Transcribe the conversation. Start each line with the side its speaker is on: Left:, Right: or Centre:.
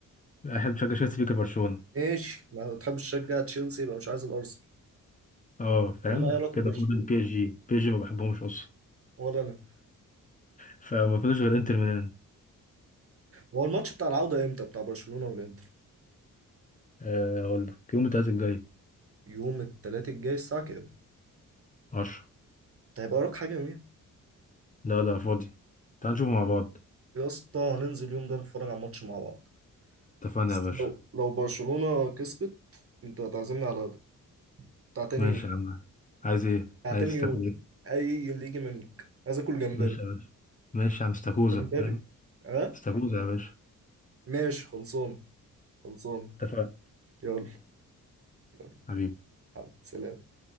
Left: احب بشجع تشيلسي فيك برشلونة
Right: ماشي ما تحبش تشجع تشيلسي يبقى مش عايز الارسنال
Left: اه فاهم
Right: انما ايه علاقة
Left: كده
Right: برشلونة
Left: فاضل بي اس جي بي اس جي ما بحبهمش اصلا
Right: ولا انا
Left: فما فيش غير انتر ميلان
Right: هو الماتش بتاع العودة امتى بتاع برشلونة والانتر؟
Left: آه، اقول لك يوم التلاتة الجاي
Right: يوم التلات الجاي الساعة كام؟
Left: عشرة
Right: انت هيبقى وراك حاجة يوميها
Left: لا لا فاضي تعال نشوفه مع بعض
Right: يا اسطى هننزل اليوم ده نتفرج على ماتش مع بعض
Left: اتفقنا
Right: بس
Left: يا باشا
Right: لو لو برشلونة كسبت انت هتعزمني على غدا بتاع تاني
Left: ماشي
Right: يوم
Left: يا عم عايز ايه
Right: بتاع
Left: عايز
Right: تاني يوم
Left: تاكل ايه
Right: اي اللي يجي منك عايز اكل جمبري
Left: ماشي يا باشا ماشي يا عم استاكوزا
Right: جمبري
Left: فاهم
Right: ها؟
Left: استاكوزا يا باشا
Right: ماشي خلصانة خلصانة
Left: اتفقنا
Right: يلا يلا
Left: حبيبي
Right: حبيبي سلام